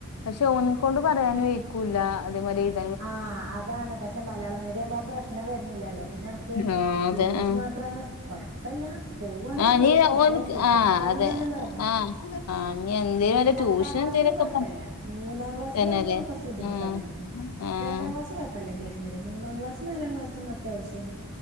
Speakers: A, on the left (about 85°); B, on the right (about 60°).
A: പക്ഷെ ഓനെക്കൊണ്ട് പറയാൻ വെയ്ക്കൂലാ <unintelligible>
B: ആഹ് അതാണ് പക്ഷെ മലയാളം മീഡിയംആവുമ്പ ആ പ്രശ്നം വരുന്നില്ലല്ലോ പിന്നെ എനക്ക്
A: ആഹ് അതെ
B: ഇംഗ്ലീഷ്
A: ആഹ്
B: മാത് ത്രാണ് ഭയം അതല്ല പോവാണെങ്കി
A: ആഹ്
B: പോവാ
A: നീ
B: പക്ഷേ
A: ഓന്ക്ക്
B: ബുദ്ധിമുട്ടാണെന്നാണ്
A: ആഹ് അതെ
B: പറയണത്
A: ആഹ് ആഹ് ഇനി എന്തേലും വല്ല
B: രണ്ടാം
A: ട്യൂഷൻ
B: ക്ലാസ്സിലും
A: എന്തേലൊക്കെ
B: കൊഴപ്പില്ല മൂന്നാം ക്ലാസ്സിലാകുമ്പോ
A: തന്നെല്ലേ
B: കുറച്ച് ബുദ്ധിമുട്ട്
A: ആഹ്
B: തന്നെയാണ് ഉം
A: ആഹ്
B: രണ്ടാം ക്ലാസ് കുഴപ്പമില്ല ഇംഗ്ലീഷ് മീഡിയം മൂന്നാം ക്ലാസ്സും നാലാംക്ലാസും അത്യാവശ്യം